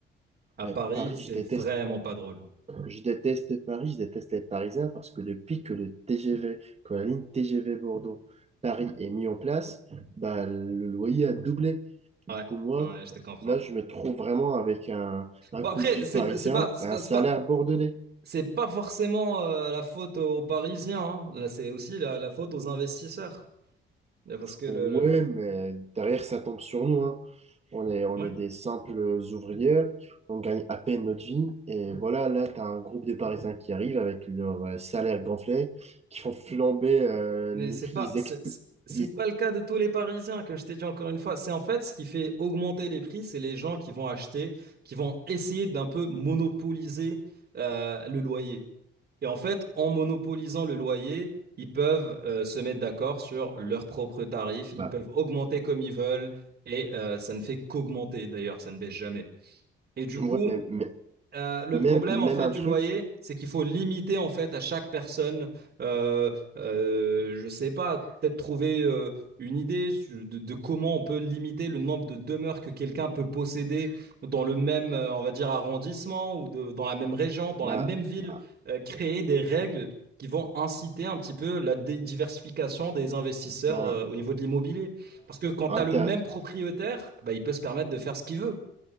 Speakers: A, on the right; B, on the right.
A: À
B: Mais
A: Paris,
B: Paris,
A: c'est
B: je déteste.
A: vraiment pas drôle.
B: Je déteste Paris, je déteste les Parisiens, parce que depuis que le TGV, que la ligne TGV Bordeaux-Paris est mise en place, bah, le loyer a doublé. Du
A: Ouais,
B: coup, moi,
A: ouais, je te comprends.
B: là, je me trouve vraiment avec un, un
A: Bon
B: coût
A: après,
B: de vie
A: c'est
B: parisien
A: pas, c'est pas, c'est
B: et un
A: pas,
B: salaire
A: c'est pas
B: bordelais.
A: C'est pas forcément euh, la faute aux Parisiens, hein. Là, c'est aussi la, la faute aux investisseurs. Parce que le,
B: Ouais,
A: le-
B: mais derrière, ça tombe sur nous, hein. On est, on
A: Ouais.
B: est des simples ouvriers, on gagne à peine notre vie. Et voilà, là, tu as un groupe de Parisiens qui arrivent avec leur euh, salaire gonflé, qui font flamber euh,
A: Mais
B: le
A: c'est
B: prix.
A: pas,
B: Ils
A: c'est
B: expl-
A: c'est- c'est
B: ils-
A: pas le cas de tous les Parisiens, comme je t'ai dit encore une fois. C'est en fait ce qui fait augmenter les prix, c'est les gens qui vont acheter, qui vont essayer d'un peu monopoliser euh, le loyer. Et en fait, en monopolisant le loyer, ils peuvent euh, se mettre d'accord sur leurs propres tarifs, ils
B: bah,
A: peuvent augmenter comme ils veulent, et euh, ça ne fait qu'augmenter d'ailleurs, ça ne baisse jamais. Et du
B: ouais,
A: coup,
B: mais- mais-
A: Euh, le
B: même,
A: problème
B: même
A: en fait
B: un
A: du
B: truc
A: loyer, c'est qu'il faut limiter en fait à chaque personne. Euh, euh, je sais pas, peut-être trouver euh, une idée su- de, de comment on peut limiter le nombre de demeures que quelqu'un peut posséder dans le même, euh, on va dire arrondissement ou de- dans la même région, dans
B: m'a
A: la même ville.
B: bah,
A: Euh, créer des règles qui vont inciter un petit peu la dé- diversification des investisseurs
B: bah,
A: euh, au niveau de l'immobilier. Parce que quand
B: ah,
A: tu as le même propriétaire, bah, il peut se permettre de faire ce qu'il veut.